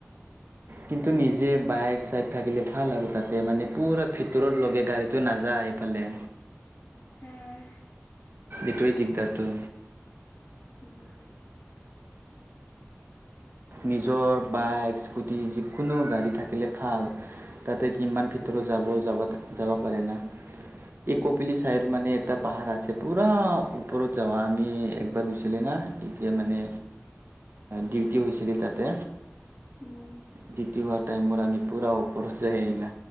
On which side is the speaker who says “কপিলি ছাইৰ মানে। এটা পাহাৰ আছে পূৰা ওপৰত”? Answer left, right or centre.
Right